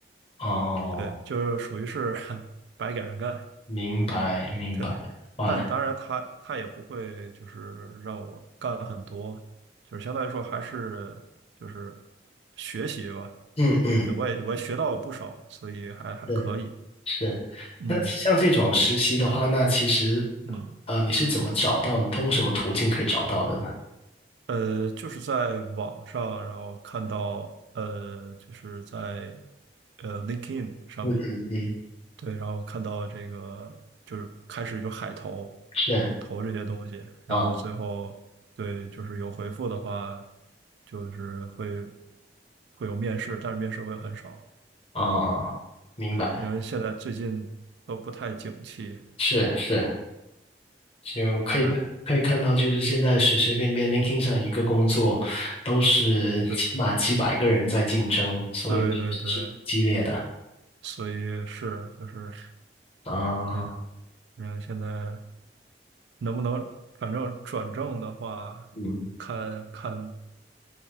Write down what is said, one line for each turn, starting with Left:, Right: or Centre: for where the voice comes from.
Left: 哦，
Right: 对，就是属于是 <laughs> 白给人干，
Left: 明白明白。
Right: 对，
Left: 哇，
Right: 但当然他他也不会就是让我干很多，就是相对来说还是就是学习吧。
Left: 嗯嗯，
Right: 对，我也我也学到了不少，所以还还可以。
Left: 是是。
Right: 嗯，
Left: 那像这种实习的话，
Right: 对，
Left: 那其实
Right: 嗯，
Left: 呃你是怎么找到？你通过什么途径可以找到的呢？
Right: 呃，就是在网上，然后看到，呃，就是在呃 LinkedIn 上面，
Left: 嗯嗯，
Right: 对，然后看到这个就是开始就海投，
Left: 是。
Right: 投这些东西，然后最后对，
Left: 啊
Right: 就是有回复的话，就是会会有面试，但是面试会很少，
Left: 啊，明白，
Right: 对，因为现在最近都不太景气，
Left: 是是，就可以可以看到，
Right: 嗯，是。
Left: 就是现在随随便便 l i n k i n g 上一个工作，都是起码几百个人在竞争，
Right: 对。
Left: 所以确实是挺激烈的
Right: 对对对，所以是就是，
Left: 啊。
Right: 对，然后现在能不能，反正转正的话，
Left: 嗯，
Right: 看看